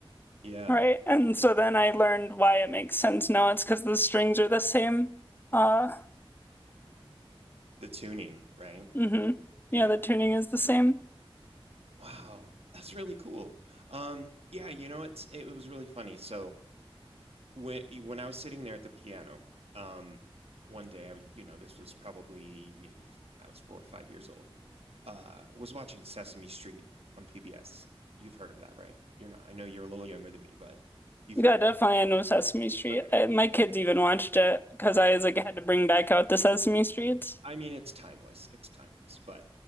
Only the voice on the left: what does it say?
Right. And so then I learned why it makes sense now. It's because the strings are the same. Uh,
hmm
Yeah, the tuning is the same.
Yeah,
definitely. I know Sesame Street.
I, my kids even watched it because I was like, I had to bring back out the Sesame Streets.